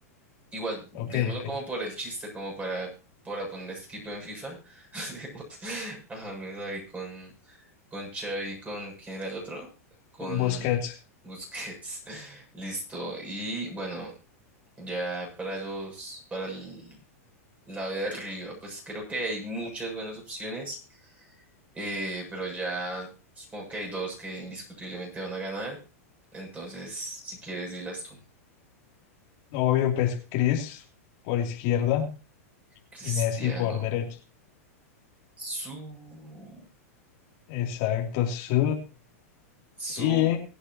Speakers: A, on the right; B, on the left.
A: igual, dejémoslo
B: Ok, ok.
A: como por el chiste, como para, para poner este equipo en FIFA. <laughs> Dejemos a James ahí con, con Xavi, con ¿quién era el otro? Con
B: Con Busquets,
A: Busquets. <laughs> Listo. Y bueno, ya para los, para el lado de arriba, pues creo que hay muchas buenas opciones, eh, pero ya supongo que hay dos que indiscutiblemente van a ganar. Entonces, si quieres, dilas tú.
B: obvio, pues Chris por izquierda
A: Cristiano,
B: y Messi por derecha.
A: su,
B: Exacto, sí.
A: su,
B: Y